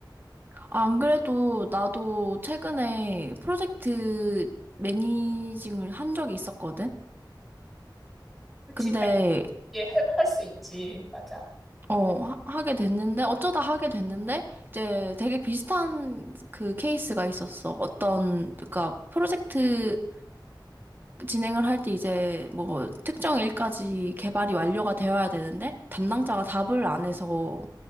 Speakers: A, on the right; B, in the centre.
A: 아, 안 그래도 나도 최근에 프로젝트 매니징을 한 적이 있었거든?
B: 그치,
A: 근데,
B: 할수 지 할, 할수 있지. 맞아.
A: 어, 하, 하게 됐는데, 어쩌다 하게 됐는데, 이제 되게 비슷한 그 케이스가 있었어. 어떤, 그러니까 프로젝트 진행을 할 때 이제 뭐 특정 일까지 개발이 완료가 되어야 되는데 담당자가 답을 안 해서